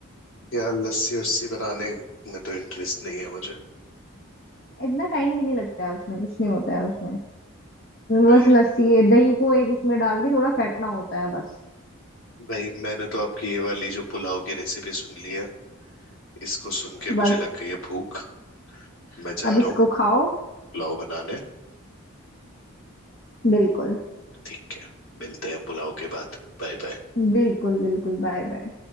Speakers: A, on the left (about 70°); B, on the left (about 50°).
A: यार लस्सी वस्सी बनाने में तो इंटरेस्ट नहीं है मुझे
B: इतना टाइम भी नहीं लगता है उसमें कुछ नहीं होता है उसमें
A: भाई
B: बस लस्सी है दही को एक उसमें डाल के थोड़ा फेंटना होता है बस
A: भाई मैंने तो आपकी ये वाली जो पुलाव की रेसिपी सुन ली है इसको सुन के
B: बस
A: मुझे लग गई है भूख मैं जा
B: अब
A: रहा
B: इसको
A: हूँ
B: खाओ
A: पुलाव बनाने
B: बिल्कुल
A: ठीक है मिलते हैं पुलाव के बाद Bye bye
B: बिल्कुल बिल्कुल बाय बाय